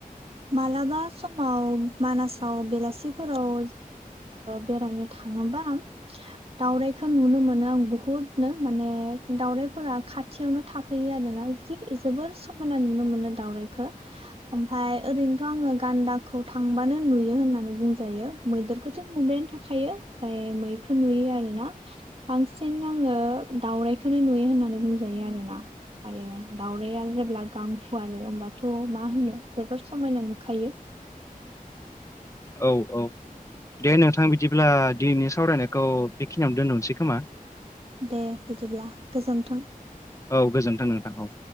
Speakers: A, on the right; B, on the left.
A: मालाबा समाव मानासाव बेलासिफोराव बेरायनो थाङोबा दावरायखौ नुनो मोनो आं बुहुदनो माने दाउरायफोरा खाथियावनो थाफैयो आरोना जि जोबोर समायना नुनो मोनो दाउरायखौ <inaudible> ओमफाय ओरैनोथ' आङो गान्दाखौ थांबानो नुयो होननानै बुंजायो मैदेरखौथ' नुब थाखायो फ्राय मैखौ नुयो आरोना बांसिन आङो दाावरायखौनो नुयो बे होननानै बुंजायो आरोना आरो दावराया जेब्ला गां फुवारो आरो हबा थ' मा होनो जोबोर समायना नुखायो।
B: औ औ दे नोंथां बिदिब्ला दिनैनि सावरायनायखौ बेखिनियावनो दोनथ'नोसै खोमा?
A: दे बिदिब्ला गोजोन्थों।
B: औ गोजोन्थों नोंथां औ